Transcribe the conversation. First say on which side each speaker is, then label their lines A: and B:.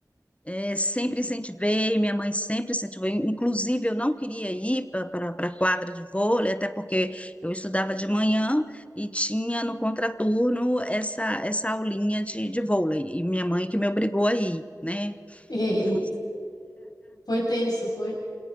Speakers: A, on the left; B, on the left.
A: é, sempre incentivei, minha mãe sempre incentivou. Inclusive, eu não queria ir para a quadra de vôlei, até porque eu estudava de manhã e tinha no contraturno essa, essa aulinha de, de vôlei. E minha mãe que me obrigou a ir, né?
B: <laughs> Eita,
A: Foi,
B: foi tenso, foi.